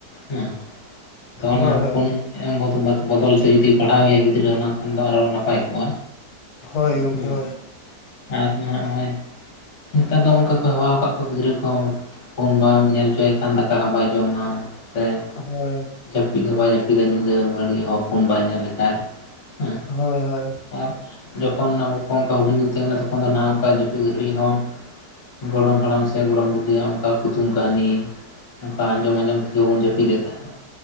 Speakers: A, on the left; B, on the left.
A: ᱦᱮᱸ ᱛᱚ
B: ᱦᱳᱭ
A: ᱚᱱᱟ
B: ᱦᱳᱭ
A: ᱯᱷᱳᱱ ᱮᱢ ᱵᱚᱫᱚᱞ ᱛᱮ ᱡᱩᱫᱤ ᱯᱟᱲᱦᱟᱣᱮᱭᱟᱭ ᱜᱤᱫᱽᱨᱟᱹ ᱚᱱᱟ ᱠᱷᱟᱱ ᱫᱚ ᱟᱨᱚ ᱱᱟᱯᱟᱭ ᱠᱚᱜᱼᱟ᱾
B: ᱦᱳᱭ ᱜᱚᱝᱠᱮ
A: ᱦᱮᱸ
B: ᱦᱳᱭ
A: ᱟᱨ ᱱᱟᱦᱟᱜ ᱱᱚᱜᱼᱚᱭ ᱱᱮᱛᱟᱨ ᱫᱚ ᱚᱱᱠᱟ ᱠᱚ ᱦᱮᱣᱟᱣ ᱠᱟᱫ ᱠᱚᱣᱟ ᱜᱤᱫᱽᱨᱟᱹ ᱠᱚ ᱯᱷᱳᱱ ᱵᱟᱢ ᱧᱮᱞ ᱦᱚᱪᱚᱭᱟᱭ ᱠᱷᱟᱱ ᱫᱟᱠᱟ ᱦᱚᱸ ᱵᱟᱭ ᱡᱚᱢᱟ᱾ ᱥᱮ
B: ᱦᱳᱭ
A: ᱡᱟᱹᱯᱤᱫ ᱦᱚᱸ ᱵᱟᱭ ᱡᱟᱹᱯᱤᱫᱟ ᱧᱤᱫᱟᱹ ᱵᱟᱹᱲᱤᱡ ᱦᱚ ᱯᱷᱚᱱ ᱵᱟᱭ ᱧᱮᱞ ᱞᱮᱠᱷᱟᱡ ᱦᱮᱸ
B: ᱦᱳᱭ ᱦᱳᱭ
A: ᱟᱨ ᱡᱚᱠᱷᱚᱱ ᱟᱵᱚ ᱠᱚ ᱚᱱᱠᱟ ᱦᱩᱰᱤᱧ ᱵᱚ ᱛᱟᱦᱮᱸ ᱠᱟᱱᱟ ᱛᱚᱠᱷᱚᱱ ᱫᱚ ᱱᱟᱦᱟᱜ ᱚᱱᱠᱟ ᱡᱟᱹᱯᱤᱫ ᱜᱷᱟᱹᱲᱤ ᱦᱚᱸ ᱜᱚᱲᱚᱢ ᱦᱟᱲᱟᱢ ᱥᱮ ᱜᱚᱲᱚᱢ ᱵᱩᱰᱤᱭᱟᱜ ᱚᱱᱠᱟ ᱠᱩᱫᱩᱢ ᱠᱟᱹᱦᱱᱤ ᱚᱱᱠᱟ ᱟᱸᱡᱚᱢ ᱟᱸᱡᱚᱢ ᱛᱮᱜᱮ ᱵᱚᱱ ᱡᱟᱯᱤᱫᱼᱮᱫ ᱛᱟᱦᱮ